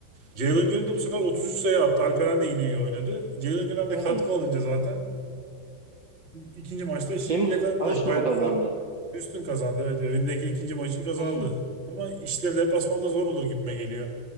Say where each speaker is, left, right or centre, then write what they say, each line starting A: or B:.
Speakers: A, on the right; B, on the right.
A: Jalen Green de bu sefer 33 sayı attı. Alperen de yine iyi oynadı. Jalen Green'den de
B: Hı.
A: katkı alınca zaten İkinci maçta eşitliği
B: Kim?
A: yakaladılar.
B: Houston
A: Bayağı
B: mu kazandı?
A: fark üstün kazandı. Evet evindeki ikinci maçı kazandı.
B: Hı.
A: Ama işleri deplasmanda zor olur gibime geliyor.